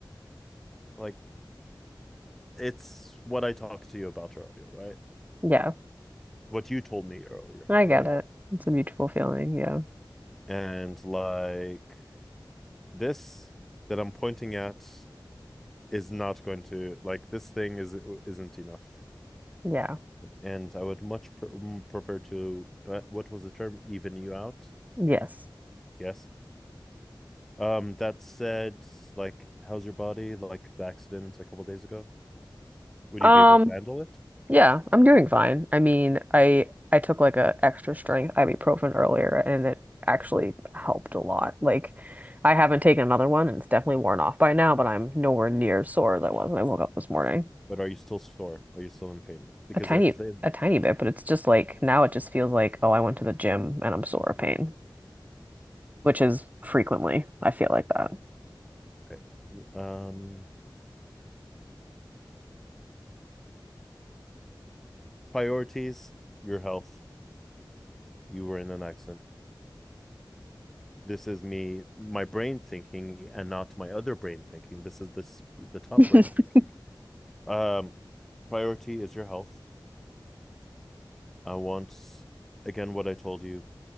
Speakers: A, in the centre; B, on the right.
A: like it's what I talked to you about earlier, right?
B: Yeah,
A: What you told me earlier,
B: I
A: right?
B: get it. It's a mutual feeling. Yeah.
A: And like this that I'm pointing at is not going to like this thing is isn't enough.
B: Yeah.
A: and I would much pr mm, prefer to uh, what was the term? Even you out.
B: Yes.
A: Yes. Um, that said, like, how's your body? Like the accident a couple days ago. Would
B: Um,
A: you be able to handle it?
B: Yeah, I'm doing fine. I mean, I I took like a extra strength ibuprofen earlier and it actually helped a lot. Like I haven't taken another one and it's definitely worn off by now, but I'm nowhere near as sore as I was when I woke up this morning.
A: But are you still sore? Are you still in pain? Because
B: A tiny
A: if they,
B: a tiny bit, but it's just like now it just feels like, oh, I went to the gym and I'm sore of pain, which is frequently I feel like that.
A: okay, um, priorities, your health. You were in an accident. This is me, my brain thinking, and not my other brain thinking. This is this the top brain
B: <laughs>
A: thinking. Um, priority is your health. I want, again, what I told you